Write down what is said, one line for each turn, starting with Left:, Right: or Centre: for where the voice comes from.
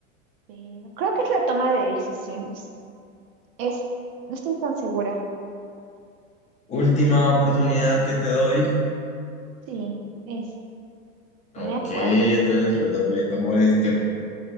Right: pero creo que es la toma de decisiones. Es, no estoy tan segura.
Left: Última oportunidad que te doy.
Right: Sí, es,
Left: Ok,
Right: no me acuerdo.
Left: entonces redoble de tambores.